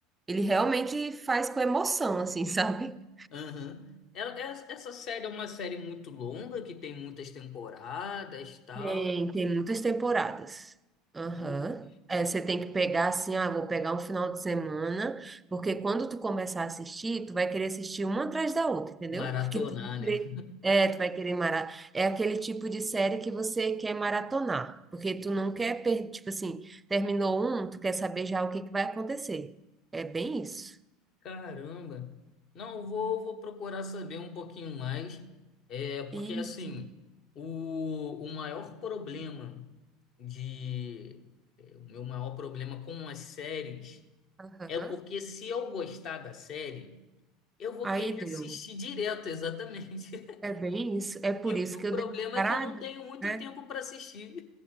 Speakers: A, on the right; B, on the left.
A: Ele realmente faz com emoção, assim, <laughs> sabe?
B: Aham. Ela- Essa, essa série é uma série muito longa, que tem muitas temporadas e tal.
A: Tem, tem muitas temporadas. Aham.
B: Ih,
A: É, você tem que pegar assim, ah, vou pegar um final de semana, porque quando tu começar a assistir, tu vai querer assistir uma atrás da outra, entendeu?
B: Maratonar,
A: Porque tu vai querer,
B: né?
A: é, tu vai querer mara, é aquele tipo de série que você quer maratonar, porque tu não quer perder, tipo assim, terminou um, tu quer saber já o que que vai acontecer. É bem isso.
B: Caramba! Não, eu vou, vou procurar saber um pouquinho mais, é, porque
A: Isso.
B: assim, o, o maior problema de, é, o meu maior problema com as séries
A: Aham.
B: é porque se eu gostar da série, eu vou
A: Aí
B: querer
A: deu.
B: assistir direto, exatamente. <laughs>
A: É bem isso. É por
B: E o,
A: isso que
B: o
A: eu
B: problema
A: dei uma parada,
B: é que eu não tenho muito
A: né?
B: tempo para assistir.